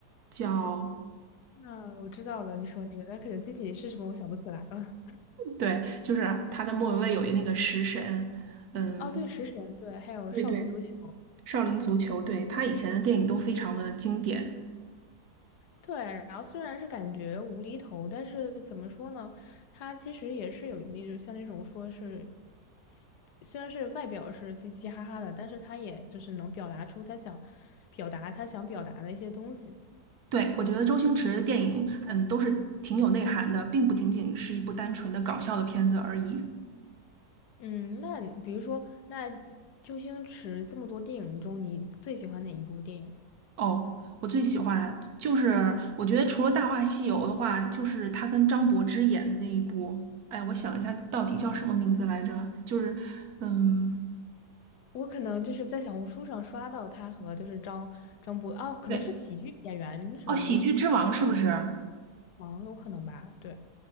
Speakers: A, on the right (about 70°); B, on the left (about 80°).
A: 叫，
B: 那我知道了，你说那个，但可能具体是什么我想不起来了。
A: 对，就是他跟莫文蔚有一那个食神，嗯。
B: 哦，对，食神，对，还有少年足球。
A: 对对，少林足球，对，他以前的电影都非常的经典。
B: 对，然后虽然是感觉无厘头，但是怎么说呢？他其实也是有那种像那种说是嘻，虽然是外表是嘻嘻哈哈的，但是他也就是能表达出他想表达他想表达的一些东西。
A: 对，我觉得周星驰的电影，嗯，都是挺有内涵的，并不仅仅是一部单纯的搞笑的片子而已。
B: 嗯，那你比如说，那周星驰这么多电影中，你最喜欢哪一部电影？
A: 哦，我最喜欢就是我觉得除了《大话西游》的话，就是他跟张柏芝演的那一部。哎，我想一下，到底叫什么名字来着？就是，嗯，
B: 我可能就是在小红书上刷到他和就是张张博哦，可能是喜剧演员什么
A: 对，哦，《喜剧之王》是不是？
B: 王有可能吧？对，